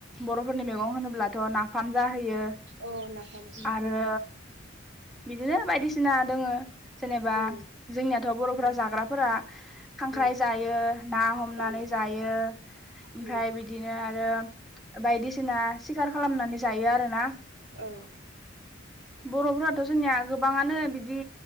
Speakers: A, in the centre; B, on the right.
A: बर' फोरनि मैगं होनोब्लाथ' नाफाम जाहोयो
B: अ नाफाम
A: आरो बिदिनो बायदिसिना दङो जेनेबा
B: उम
A: जोंनिया थ बर'फोरा जाग्राफोरा खांख्राइ
B: उम
A: जायो ना हमनानै
B: औ
A: जायो ओमफ्राय
B: उम
A: बिदिनो आरो बायदिसिना सिखार खालामनानै ज जायो आरो ना
B: औ
A: बर'फोराथ' जोंनिया गो गोबाङानो बिदि